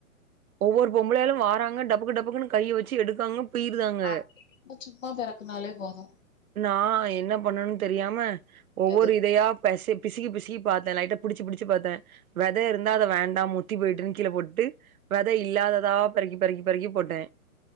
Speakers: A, on the right; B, on the left.
A: ஒவ்வொரு பொம்பளயாளு வாறாங்க டபக்கு டபக்குன்னு கையை வெச்சு எடுக்காங்க பீறுதாங்க
B: அ நம்ம சும்மா பெறக்குனாலே போது
A: நா என்ன பண்ணணுனு தெரியாம ஒவ்வொரு
B: அது
A: இதயா பெசைக் பிசிகி பிசிகி பாத்தே லைட்டா புடிச்சு புடிச்சு பாத்தே வெத இருந்தா அத வேண்டா முத்தி போய்ட்டுன்னு கீழே போட்டு வெத இல்லாததா பெறக்கி பெறக்கி பெறக்கி போட்டே